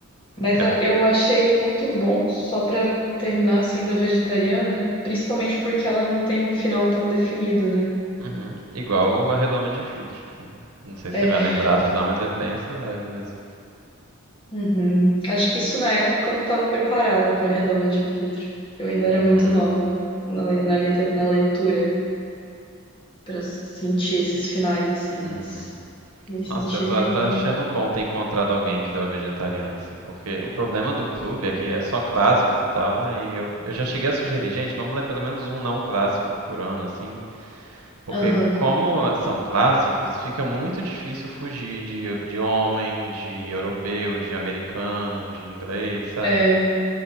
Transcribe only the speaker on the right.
É,
Uhum. Igual a redoma de vidros. que Não sei se
você vai lembrar do final, mas é bem essa vibe mesmo.
Uhum.
Uhum.
Nossa, eu tô
até achando bom ter encontrado alguém que leu a vegetariana, assim, porque o problema do clube é que é só clássicos e tal, né? E eu, eu já cheguei a sugerir, gente, vamos ler pelo menos um não clássico por ano, assim, porque
como são clássicos, fica muito difícil fugir de, de homem, de europeu, de americano, de inglês, sabe?